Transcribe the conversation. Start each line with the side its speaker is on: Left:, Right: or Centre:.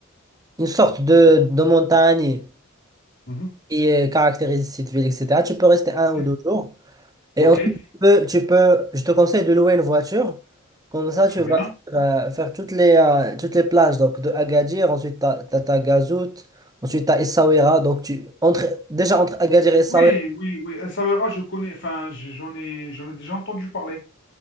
Right: une sorte de, de montagne
Left: Mhm.
Right: qui euh, caractérise cette ville, etc. Tu peux rester un
Left: OK.
Right: ou deux jours. Et
Left: OK.
Right: ensuite, tu peux, tu peux- je te conseille de louer une voiture. Comme ça,
Left: Très
Right: tu vas
Left: bien.
Right: euh, faire toutes les, euh, toutes les plages. Donc, de Agadir, ensuite, tu as, Tagazout, ensuite, tu as Essaouira. Donc, tu, entre, déjà, entre Agadir et Essaouira,
Left: Oui, oui, oui. Essaouira, je connais. Enfin, j'ai- j'en ai, j'en ai déjà entendu parler.